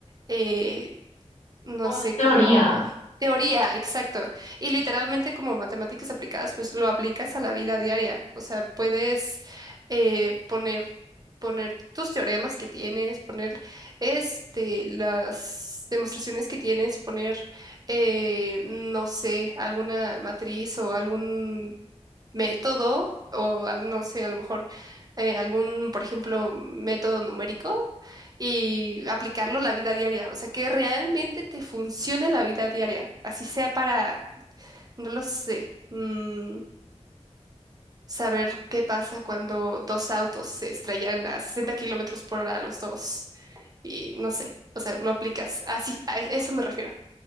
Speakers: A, on the right (about 35°); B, on the left (about 75°).
A: eh, no
B: Como
A: sé,
B: más teoría,
A: como teoría, exacto. Y literalmente como matemáticas aplicadas, pues lo aplicas a la vida diaria. O sea, puedes eh, poner, poner tus teoremas que tienes, poner este, las demostraciones que tienes, poner, eh, no sé, alguna matriz o algún método. O al- no sé, a lo mejor eh, algún, por ejemplo, método numérico y aplicarlo a la vida diaria. O sea, que realmente te funcione en la vida diaria. Así sea para, no lo sé, mm, saber qué pasa cuando dos autos se estrellan a 60 kilómetros por hora los dos. Y no sé, o sea, lo aplicas. Así, a e- eso me refiero.